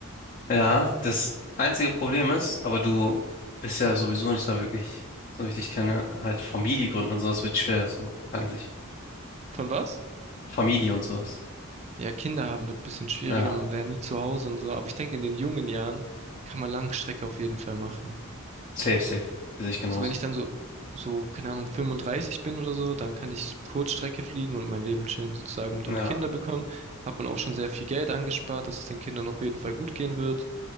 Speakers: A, on the left; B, on the right.
A: Ja, das einzige Problem ist, aber du bist ja sowieso nicht da wirklich, so wie ich dich kenne, halt Familie gründen und sowas wird schwer, so an sich.
B: Von was?
A: Familie und sowas.
B: Ja, Kinder haben wird ein bisschen schwieriger,
A: Ja,
B: man wäre nie zu Hause und so. Aber ich denke, in den jungen Jahren kann man Langstrecke auf jeden Fall machen.
A: safe, safe. Sehe ich genauso.
B: So, wenn ich dann so, so, keine Ahnung, 35 bin oder so, dann kann ich Kurzstrecke fliegen und mein Leben chillen sozusagen und
A: Ja,
B: dann Kinder bekommen. Hat man auch schon sehr viel Geld angespart, dass es den Kindern auf jeden Fall gut gehen wird.